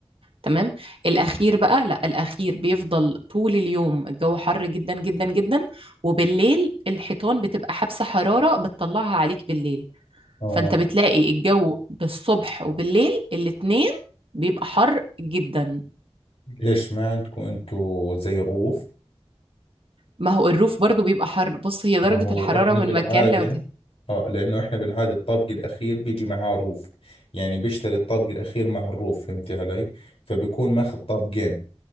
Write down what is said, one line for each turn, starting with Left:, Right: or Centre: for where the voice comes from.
Right: تمام الأخير بقى لا الأخير بيفضل طول اليوم الجو حر جدا جدا جدا وبالليل الحيطان بتبقى حابسة حرارة بتطلعها عليك بالليل
Left: آه
Right: فأنت بتلاقي الجو بالصبح وبالليل الاتنين بيبقى حر جدا
Left: ليش ما عندكم أنتوا زي روف
Right: ما هو الروف برضو بيبقى حر بص هي
Left: ما
Right: درجة
Left: هو
Right: الحرارة
Left: إحنا
Right: من
Left: بالعادة
Right: مكان لمكان
Left: آه لأنه إحنا بالعادة الطابق الأخير بيجي معاه روف يعني بيشتري الطابق الأخير مع الروف فهمتي علي فبيكون ماخذ طابقين